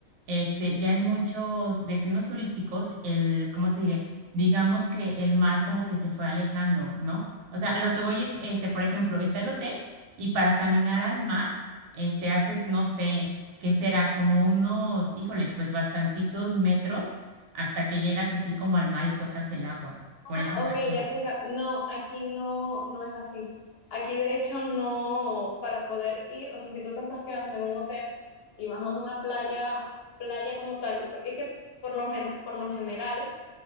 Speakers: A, on the right (about 80°); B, on the left (about 60°).
A: este, ya en muchos destinos turísticos, el, ¿cómo te diré? Digamos que el mar como que se fue alejando, ¿no? O sea, a lo que voy es, este, por ejemplo, está el hotel y para caminar al mar, este, haces, no sé, ¿qué será? Como unos, híjoles, pues bastantitos metros hasta que llegas así como al mar y tocas el agua. Por
B: Ah,
A: esa
B: ok,
A: razón.
B: ya te... cap- No, aquí no, no es así. Aquí de hecho no, para poder ir, o sea, si tú te estás quedando en un hotel y vas a una playa, playa como tal, porque es que por lo, gen- por lo general,